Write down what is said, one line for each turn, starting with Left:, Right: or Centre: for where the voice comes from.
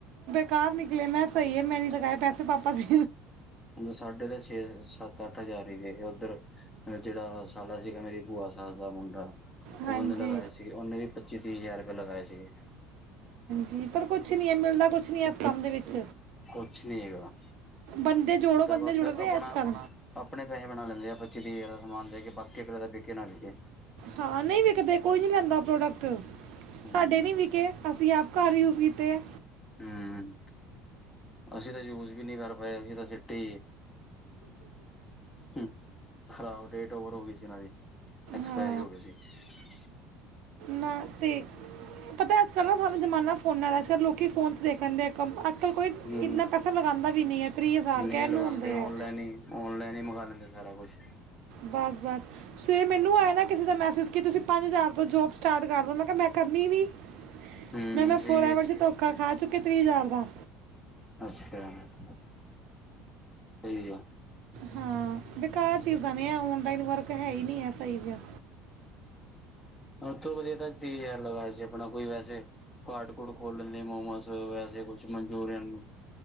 Right: ਕਾਰ ਨਿਕਲੇ ਮੈਂ ਸਈ ਐ ਮੈਂ ਨੀ ਲਗਾਏ ਪੈਸੇ ਪਾਪਾ ਦੇ
Left: ਸਾਢੇ ਤਾਂ ਛੇ-ਸੱਤ-ਅੱਠ ਹਜ਼ਾਰ ਹੀ ਉੱਧਰ ਜੇੜਾ ਸਾਲਾ ਸੀਗਾ ਮੇਰੀ ਭੂਆ ਸਸ ਦਾ ਮੁੰਡਾ
Right: ਹਾਂਜੀ
Left: ਓਨੇ ਲਗਾਏ ਸੀਗੇ, ਓਨੇ ਵੀ ਪੱਚੀ-ਤੀਹ ਹਜ਼ਾਰ ਰੁਪਏ ਲਗਾਏ ਸੀਗੇ।
Right: ਜੀ ਪਰ ਕੁੱਛ ਨੀ ਐ ਮਿਲਨਾ ਕੁੱਛ ਨੀ ਏਸ ਕੰਮ ਦੇ ਵਿੱਚ।
Left: ਕੁੱਛ ਨੀ ਹੈਗਾ
Right: ਬੰਦੇ ਜੋੜੋ
Left: ਤਾਂ
Right: ਬੰਦੇ
Left: ਬਸ
Right: ਜੁੜ
Left: ਆਪਣਾ
Right: ਰਹੇ ਅੱਜ ਕੱਲ੍ਹ
Left: ਆਪਣੇ ਪੈਸੇ ਬਣਾ ਲੈਂਦੇ ਆ ਪਚੀ-ਤੀਹ ਹਜਾਰ ਦਾ ਸਮਾਨ ਦੇ ਕੇ ਬਾਕੀ ਅਗਲੇ ਦਾ ਵਿਕੇ ਨਾ ਵਿਕੇ
Right: ਹਾਂ ਨਈ ਵਿਕਦੇ ਕੋਈ ਨਹੀਂ ਲੈਂਦਾ ਪ੍ਰੋਡਕਟ
Left: ਹੂੰ
Right: ਸਾਡੇ ਨੀ ਵਿਕੇ ਅਸੀਂ ਆਪ ਘਰ ਯੂਜ ਕੀਤੇ ਐ।
Left: ਹੂੰ। ਅਸੀਂ ਤਾਂ ਯੂਜ਼ ਵੀ ਨਹੀਂ ਕਰ ਪਾਏ ਅਸੀਂ ਤਾਂ ਸਿੱਟੀ ਹੀ ਖਰਾਬ, ਡੇਟ ਓਵਰ ਹੋ ਗਈ ਸੀ ਇਹਨਾਂ ਦੀ ਐਕਸਪਾਇਰੀ
Right: ਹਾਂ
Left: ਹੋ ਗਈ ਸੀ।
Right: ਨਾ ਤੇ ਪੱਤਾ ਅੱਜ-ਕੱਲ ਨਾ ਸਾਨੂੰ ਜਮਾਨਾਂ ਫ਼ੋਨਾਂ ਦਾ ਅੱਜ-ਕੱਲ ਲੋਕੀ ਫ਼ੋਨ‌ਂ ਤੇ ਦੇਖ ਕੰਮ ਅੱਜ ਕੱਲ ਕੋਈ
Left: ਹੂੰ
Right: ਇੰਨਾ ਪੈਸਾ ਲਗਾਉਂਦਾ ਵੀ ਨਹੀਂ ਹੈ
Left: ਨਹੀਂ
Right: ਕਹਿਣ
Left: ਲਗਾਉਂਦੇ
Right: ਨੂੰ ਹੁੰਦੇ ਆ
Left: ਓਨਲਾਈਨ ਹੀ, ਓਨਲਾਈਨ ਹੀ ਮੰਗਵਾ ਲੈਂਦੇ ਸਾਰਾ ਕੁੱਛ।
Right: ਬਸ-ਬਸ। ਫਿਰ ਮੈਨੂੰ ਆਇਆ ਨਾ ਕਿਸੇ ਦਾ ਮੈਸੇਜ ਕਿ ਤੁਸੀਂ ਪੰਜ ਹਜ਼ਾਰ ਤ ਜੋਬ ਸਟਾਰਟ ਕਰਦੋ ਮੈਂ ਕਿਹਾ, ਮੈਂ ਕਰਨੀ ਨਹੀਂ।
Left: ਹੂੰ
Right: ਮੈਂ-ਮੈਂ
Left: ਸਹੀ
Right: ਫੋਰ ਐਵਰ
Left: ਹੈ
Right: ਚ ਧੋਖਾ ਖਾ ਚੁੱਕੀ ਤ੍ਰੀਹ ਹਜ਼ਾਰ ਦਾ।
Left: ਅੱਛਾ। ਸਹੀ ਆ।
Right: ਹਾਂ, ਬੇਕਾਰ ਚੀਜ਼ਾਂ ਨੇ ਆ ਓਨਲਾਈਨ ਵਰਕ ਹੈ ਹੀ ਨੀ। ਸਹੀ ਜੇਹਾ।
Left: ਸਭ ਤੋਂ ਵਧੀਆ ਤਾਂ ਤੀਹ ਹਜ਼ਾਰ ਲਗਾਏ ਸੀ ਆਪਣਾ ਕੋਈ ਵੈਸੇ ਕਾਰਡ ਕੂਡ ਖੋਲ ਲੈਂਦੇ ਮੋਮੋਸ ਵੈਸੇ ਕੁਛ ਮਨਚੂਰੀਅਨ